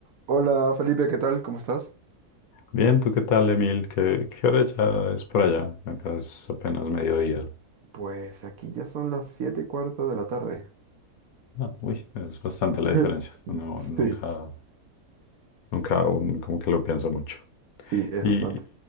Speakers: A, on the right; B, on the left.
A: Hola Felipe, ¿qué tal? ¿Cómo estás?
B: Bien, ¿tú qué tal, Emil? ¿Qué, qué hora ya es por allá? Acá es apenas mediodía.
A: Pues aquí ya son las siete y cuarto de la tarde.
B: Ah, uy, es bastante la
A: <laughs>
B: diferencia. No,
A: Sí,
B: nunca, nunca, um, como que lo pienso mucho.
A: sí, es
B: ¿Y,
A: bastante.